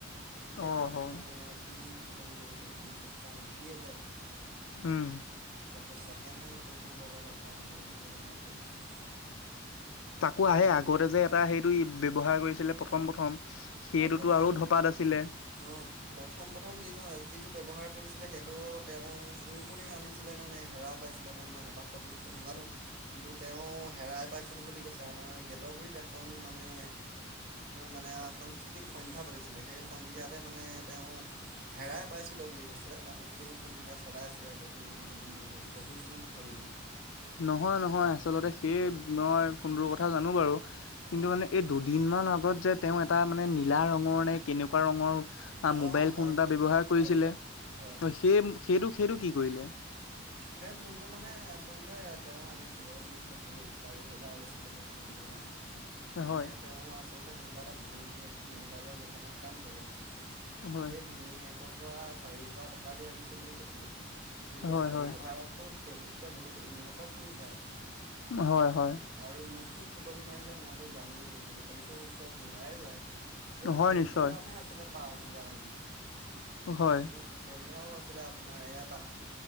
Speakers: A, on the right (about 50°); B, on the left (about 75°).
A: এতিয়া
B: অ হয়
A: মানে সি ফুটনি মাৰি থাকে মূৰটো খং উঠিয়ে যায়।
B: উম।
A: তাকো ছেকেণ্ড হেণ্ড ফোনটোৰ লগত অক হেৰি তুলনা কৰিছে।
B: তাকো
A: বা
B: আহে আগতে যে এটা সেইটো ব্যৱহাৰ কৰিছিলে প্ৰথম প্ৰথম। সেইটোতো
A: অ' প্ৰথম,
B: আৰু ধপাত আছিলে
A: অ'। প্ৰথম প্ৰথম যিজন যিটো ব্যৱহাৰ কৰিছিলে সেইটো তেওঁ চোৰ কণ আনিছিলে নে নে হেৰাপ পাইছিলে মই ইমান এটা সঠিককে নাজানো। কিন্তু তেওঁ হেৰাই পাইছিলো বুলি কৈছে আমাৰ গেটগুৰিত এখন মানে মানে সাংস্কৃতিক সন্ধ্যা পাতিছিলে সেই সন্ধ্যাতে মানে তেওঁ হেৰাই পাইছিলো বুলি কৈছে। আৰু সেই ফোনটোকে চলাই আছিলে বহুদিন ধৰি বহু যুগ ধৰি মানে।
B: নহয় নহয় আচলতে সেই মই ফোনটোৰ কথা জানো বাৰু, কিন্তু
A: হয়
B: মানে এই দুদিন মান আগত যে তেওঁ এটা মানে নীলা ৰঙৰ নে কেনেকুৱা ৰঙৰ।
A: অঁ
B: মোবাইল
A: হয়
B: ফোন এটা
A: হয়
B: ব্যৱহাৰ
A: হয়
B: কৰিছিলে,
A: হয় হয় হয় হয়
B: সেই সেইটো সেইটো কি কৰিলে?
A: সেই ফোনটো মানে আচলতে তেওঁ আনিছিলে মোক কৈছে দেই চাৰি হেজাৰ লৈছিলে সেই ফোনটোৰ দাম। মানে
B: হয়
A: তেওঁ আচলতে কোনোবা এটা ভিনি শেক মোবাইলৰ দোকানত কাম কৰে।
B: হয়
A: সেই ভিনি হেকৰ পৰা চাৰি হাৰ টকা আনিছো বুলি কৈছিলে, কিন্তু
B: হয়
A: চাৰি
B: হয়
A: হাজাৰত সেইটোতকে বহুত উন্নত ফোন পায়।
B: হয় হয়
A: আৰু মোকতো ফুটনি মাৰিলে মইতো জানোৱেই আজিকালিতো চব ওলাই যায়। সেইটো
B: হয়
A: ফোনটোৰ
B: নিশ্চয়
A: দামহে আছিলে পাঁচ হাজাৰ মান।
B: হয়
A: মানে কেমেৰাও আছিলে আপোনাৰ এ এটা।